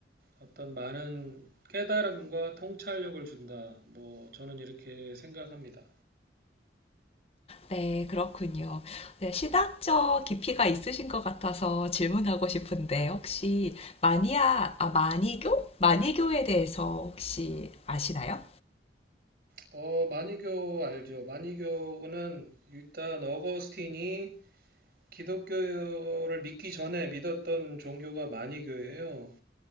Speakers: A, on the right; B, on the left.
A: 어떤 많은 깨달음과 통찰력을 준다. 뭐 저는 이렇게 생각합니다.
B: 네, 그렇군요. 네, 신학적 깊이가 있으신 것 같아서 질문하고 싶은데, 혹시 마니아, 아, 마니교? 마니교에 대해서 혹시 아시나요?
A: 어, 마니교 알죠? 마니교는 일단 어거스틴이 기독교를 믿기 전에 믿었던 종교가 마니교예요.